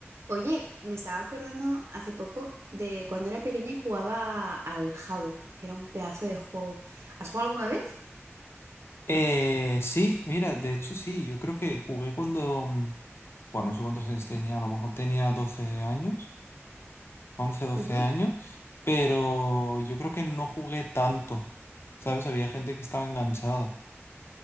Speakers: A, on the right; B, on the left.
A: Oye, me estaba acordando hace poco de cuando era pequeña y jugaba al Jabo, que era un pedazo de juego. ¿Has jugado alguna vez?
B: Eh, sí, mira, de hecho sí, yo creo que jugué cuando, mm, bueno, no sé cuántos años tenía, a lo mejor tenía 12 años, once doce
A: Ujú,
B: años, pero yo creo que no jugué tanto, ¿sabes? Había gente que estaba enganchada.